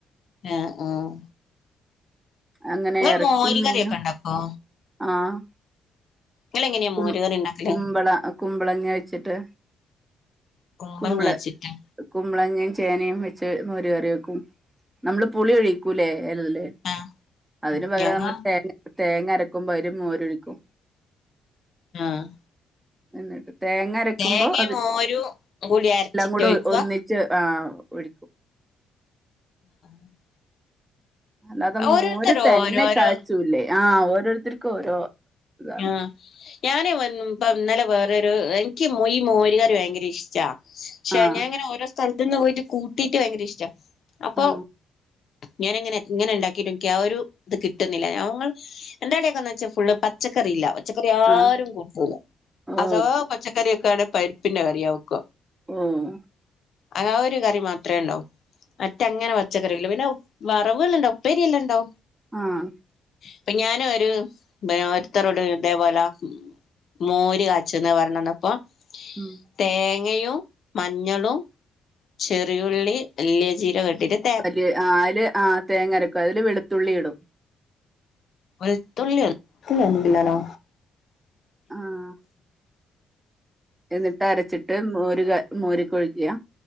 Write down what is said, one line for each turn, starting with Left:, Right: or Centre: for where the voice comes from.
Left: ആഹ് ആഹ്
Right: അങ്ങനെ
Left: നിങ്ങൾ
Right: എറച്ചി
Left: മോര്
Right: മീനും
Left: കറിയൊക്കെ ഉണ്ടാക്കോ
Right: ആഹ്
Left: നിങ്ങൾ എങ്ങനെയാ
Right: കുമ്പ
Left: മോര് കറി ഉണ്ടാക്കല്
Right: കുമ്പള കുമ്പളങ്ങ വെച്ചിട്ട്
Left: കുമ്പങ്ങ
Right: കുമ്പള
Left: കഴിച്ചിട്ട
Right: കുമ്പളങ്ങയും ചേനയും വെച്ച് മോര് കറി വെക്കും നമ്മള് പുളി ഒഴിക്കൂല്ലേ അലേ
Left: ആഹ്
Right: അതിന് പകരം
Left: ഞങ്ങ
Right: മ്മള് തേങ്ങ തേങ്ങ അരക്കുമ്പോ അയില് മോരൊഴിക്കും
Left: ആഹ്
Right: എന്നിട്ട് തേങ്ങ അരക്കുമ്പോ
Left: തേങ്ങയും
Right: അത്
Left: മോരും കൂടി അരച്ചിട്ടൊഴിക്കുക
Right: എല്ലാം കൂടെ ഒന്നി <unintelligible> <inaudible>
Left: <inaudible> <inaudible>
Right: അല്ലാതെ
Left: ഓരോരുത്തര്
Right: മോര് തന്നെ
Left: ഓരോരോ
Right: കാചൂല്ലേ ആഹ് ഓരോരുത്തർക്കും ഓരോ ഇതാണ്
Left: ആഹ് ഞാനെ വ പ്പ ഇന്നലെ വേറരു എനിക്ക് ഈ മോരുകറി ഭയങ്കര ഇഷ്ടാ ക്ഷേ
Right: ആ
Left: ഞാ ങ്ങനെ ഓരോ സ്ഥലത്തുന്ന് പോയിട്ട് കൂട്ടീട്ട് ഭയങ്കര ഇഷ്ട അപ്പൊ
Right: ആ
Left: ഞാനങ്ങനെ ഇങ്ങനെ ഉണ്ടാക്കിട്ടുംക്ക ആ ഒരു ഇത് കിട്ടുന്നില്ല ഞങൾ എന്താകയ്യിക്കുന്നോച്ചാ ഫുള് പ ച്ചക്കറില്ല പച്ചക്കറി ആരും
Right: ആ
Left: കൂട്ടൂല
Right: ഓ
Left: അതവാ പച്ചക്കറിയൊക്കയാപരിപ്പിന്റെറെ കറിയാ വെയ്ക്ക
Right: ഉം
Left: അ ആ ഒരു കറി മാത്രമേ ഉണ്ടോ മറ്റേ അങ്ങനെ പച്ചക്കറില്ലാ പിന്നെ വറവുകള് ണ്ട ഉപ്പേരിയല്ലാം ണ്ടോ
Right: ആഹ്
Left: പ്പൊ ഞാനൊരു ഇത്തരോട് ഇതേപോലെ മോര് കാച്ചന്ന് പറഞ്ഞന്നപ്പോ
Right: ഉം
Left: തേങ്ങയും മഞ്ഞളും ചെറിയുള്ളി വലിയ ജീരകെട്ടിട്ട്
Right: വല്യ ആഹ് അതില് ആഹ് തേങ്ങരക്കും അതില് വെളുത്തുള്ളി ഇടും
Left: വെലുത്തുള്ളി പിനാരോ
Right: ആഹ് എന്നിട്ട് അരച്ചിട്ട് മോര് ക മോരിക്കൊഴിക്ക